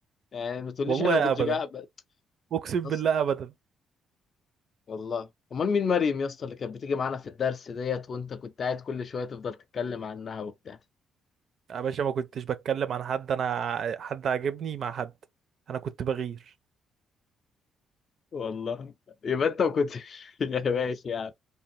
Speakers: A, on the left; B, on the right.
A: يعني ما تقوليش
B: والله
A: انا ما كنتش
B: ابدا
A: قاعد
B: اقسم بالله
A: اصلا
B: ابدا
A: والله امال مين مريم يا اسطى اللي كانت بتيجي معانا في الدرس ديت وانت كنت قاعد كل شوية تفضل تتكلم عنها وبتاع
B: يا باشا ما كنتش بتكلم عن حد انا ع- حد عاجبني مع حد انا كنت بغير
A: والله يبقى انت ما كنتش <laughs> يا ماشي يا عم